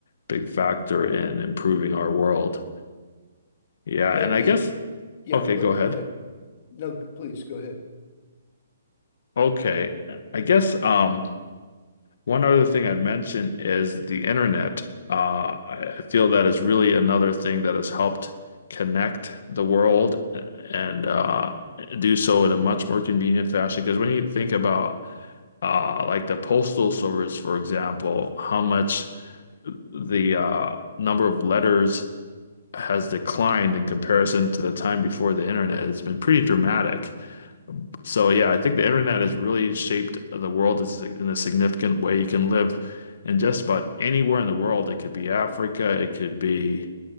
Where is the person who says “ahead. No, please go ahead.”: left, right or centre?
Left